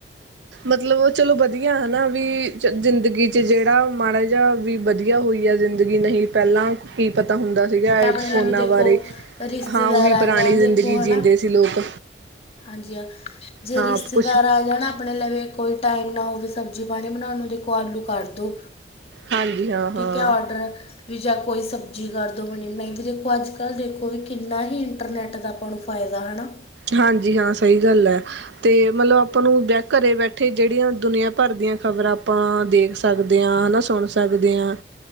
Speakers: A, on the right; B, on the left.
A: ਮਤਲਬ ਓ ਚਲੋ ਵਧੀਆ ਹਨਾ, ਵੀ ਜ਼ਿੰਦਗੀ ਚ ਜੇੜਾ ਮਾੜਾ ਜੇਆ ਵੀ ਵਧੀਆ ਹੋਈ ਆ, ਜ਼ਿੰਦਗੀ ਨਹੀਂ ਪਹਿਲਾਂ ਕੀ ਪਤਾ ਹੁੰਦਾ ਸੀਗਾ, ਏ
B: ਆਪਣੇ
A: ਫੋਨਾਂ
B: ਲਵੇ ਦੇਖੋ
A: ਬਾਰੇ ਰੇ-ਹਾਂ,
B: ਰਿਸ਼ਤੇਦਾਰ
A: ਉਹੀ
B: ਆ
A: ਪੁਰਾਨੀ
B: ਜਾਣ ਦੇਖੋ
A: ਜ਼ਿੰਦਗੀ
B: ਹਨਾ
A: ਜੀਂਦੇ ਸੀ ਲੋਕ
B: ਹਾਂਜੀ, ਅ ਜੇ
A: ਹਾਂ
B: ਰਿਸ਼ਤੇਦਾਰ
A: ਕੁਛ
B: ਆ ਜਾਨਾ। ਆਪਨੇ ਲਵੇ ਕੋਈ ਟਾਈਮ ਨਾ ਹੋਵੇ, ਸਬਜ਼ੀ ਪਾਨੀ ਬਨਾਉਨ ਨੂੰ ਦੇਖੋ, ਆਲੂ ਕਰ ਦੋ।
A: ਹਾਂਜੀ ਹਾਂ ਹਾਂ
B: ਠੀਕ ਹੈ, ਔਡਰ ਵੀ ਜਾਂ ਕੋਈ ਸਬਜ਼ੀ ਕਰ ਦਉ, ਬਨੀ -ਬਨਾਈ ਵੀ ਦੇਖੋ, ਅੱਜ -ਕੱਲ੍ਹ ਦੇਖੋ ਵੀ ਕਿੰਨਾ ਹੀ ਇੰਟਰਨੈੱਟ ਦਾ ਆਪਾਂ ਨੂੰ। ਫਾਏ ਹਨਾ।
A: ਹਾਂਜੀ, ਹਾਂ ਸਹੀ ਗੱਲ ਏ, ਤੇ ਮਤਲਬ ਆਪਾਂ ਨੂੰ ਘਰੇ ਬੈਠੇ ਤੇ ਜੇਹੜੀਆਂ ਦੁਨੀਆਂ ਭਰ ਦੀਆਂ ਖ਼ਬਰਾਂ ਆਪਾਂ ਦੇਖ ਸਕਦੇ ਆਂ, ਨਾ ਸੁਨ ਸਕਦੇ ਆਂ।